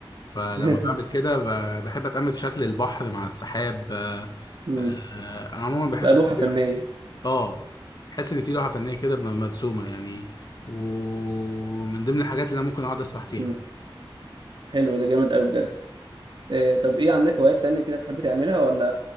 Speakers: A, on the left; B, on the right.
A: فلما
B: <laughs>
A: بعمل كده ب... بحب اتامل في شكل البحر مع السحاب آه،
B: مم.
A: آه، انا عموما بحب
B: بقى
A: الطبيعه
B: لوحه فنيه
A: اه حاسس ان في لوحه فنيه كده م- مرسومه يعني ومن ضمن الحاجات اللي انا ممكن اقعد اسرح فيها
B: مم. حلو ده جامد قوي بجد إيه طب ايه عندك هوايات تانية كده بتحب تعملها ولا